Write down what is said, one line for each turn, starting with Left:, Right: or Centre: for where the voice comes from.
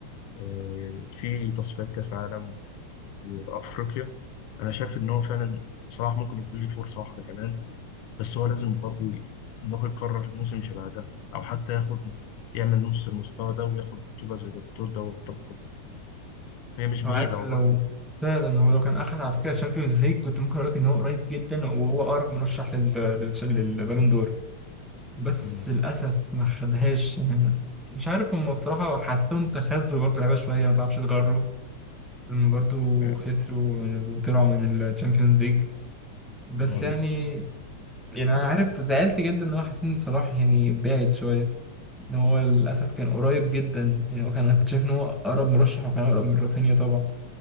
Left: آه، في تصفيات كأس عالم وأفريقيا أنا شايف إن هو فعلا صلاح ممكن يكون ليه فرصة واحدة كمان بس هو لازم برضه ي- إن هو يكرر موسم شبه ده أو حتى ياخد يعمل نص المستوى ده وياخد بطولة زي بطولة دوري أبطال أوروبا هي مش بعيدة
Centre: هو عارف
Left: هو
Centre: لو
Left: برضه
Centre: فعلا هو لو كان اخد على فكره الشامبيونز ليج كنت ممكن اقول لك ان هو قريب جدا وهو اقرب مرشح لل... لل... للبالون دور بس
Left: مم،
Centre: للاسف ما خدهاش يعني مش عارف هم بصراحه حسيتهم تخاذلوا برضه لعيبه شويه ما تعرفش تغروا هم برضه
Left: آه،
Centre: خسروا من... وطلعوا من الشامبيونز ليج بس
Left: قريب
Centre: يعني يعني انا عارف زعلت جدا ان هو حسين صلاح يعني بعد شويه ان هو للاسف كان قريب جدا يعني هو كان انا كنت شايف ان هو اقرب مرشح وكان اقرب من رافينيا طبعا